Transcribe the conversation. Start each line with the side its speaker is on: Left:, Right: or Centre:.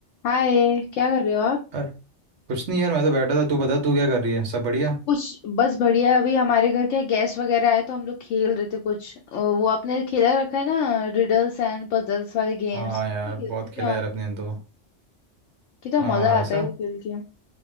Left: हाय क्या कर रहे हो आप
Right: यार कुछ नहीं यार मैं तो बैठा था तू बता तू क्या कर रही है सब बढ़िया
Left: कुछ बस बढ़िया अभी हमारे घर के गेस्ट वगैरह आए तो हम लोग खेल रहे थे कुछ अ, वो आपने खेला रखा है ना रिडल्स एंड पजल्स वाले गेम्स
Right: हाँ
Left: कितने
Right: यार
Left: खेलते
Right: बहुत
Left: थे
Right: खेला
Left: हम
Right: यार अपने तो
Left: कितना
Right: हाँ
Left: मजा आता
Right: ऐसा
Left: है वो खेल के